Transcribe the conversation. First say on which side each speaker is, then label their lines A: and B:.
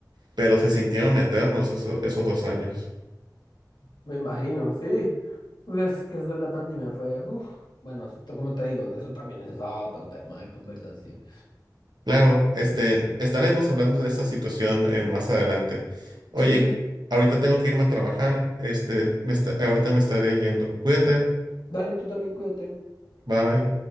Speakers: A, on the right; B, on the left.
A: pero se sintieron eternos esos, esos dos años.
B: Me imagino, sí. Pues Es que eso de la pandemia fue. uf. Bueno, esto, como te digo, eso también es otro tema de conversación.
A: Claro, este, estaremos hablando de esa situación eh, más adelante. Oye,
B: Sí, sí.
A: ahorita tengo que irme a trabajar, este, me está- ahorita me estaré yendo. Cuídate,
B: Dale, tú también cuídate.
A: bye.